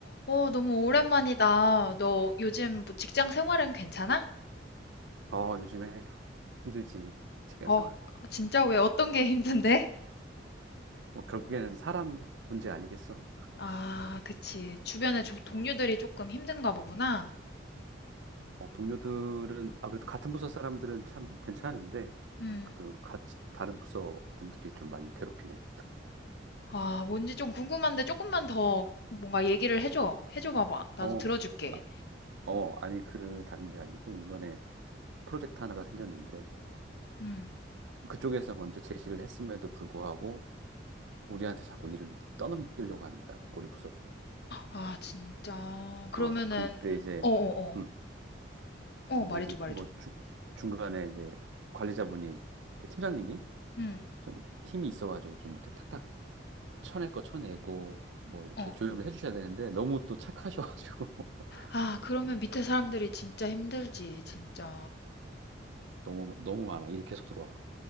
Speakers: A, on the left; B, on the right.
A: 어, 너무 오랜만이다. 너 요즘 뭐 직장 생활은 괜찮아?
B: 어, 요즘에 힘들지, 직장
A: 어,
B: 생활.
A: 아, 진짜 왜 어떤 게 <laughs> 힘든데?
B: 뭐, 결국에는 사람 문제 아니겠어?
A: 아, 그치. 주변에 조- 동료들이 조금 힘든가 보구나.
B: 어, 동료들은, 아, 그래도 같은 부서 사람들은 참 괜찮은데,
A: 음.
B: 그, 같이, 다른 부서 분들이 좀 많이 괴롭히네.
A: 아, 뭔지 좀 궁금한데 조금만 더 뭔가 얘기를 해줘. 해줘 봐봐. 나도
B: 어,
A: 들어줄게.
B: 아, 어, 아니, 그, 다른 게 아니고, 이번에 프로젝트 하나가 생겼는데,
A: 음.
B: 그쪽에서 먼저 제시를 했음에도 불구하고, 우리한테 자꾸 일을 떠넘기려고 하는 거야, 우리 부서로.
A: 아, 진짜. 그러면은,
B: 어, 근데 이제,
A: 어어어. 어,
B: 음,
A: 어.
B: 근데
A: 어, 말해줘,
B: 이제,
A: 말해줘.
B: 뭐, 주, 중간에 이제, 관리자분이, 팀장님이,
A: 음.
B: 좀 힘이 있어가지고 좀 이렇게 탁탁 쳐낼 거 쳐내고 뭐 이렇게
A: 어.
B: 조율을 해주셔야 되는데 너무 또 착하셔가지고 <laughs>
A: 아, 그러면 밑에 사람들이 진짜 힘들지, 진짜.
B: 너무 너무 많아 일이 계속 들어와.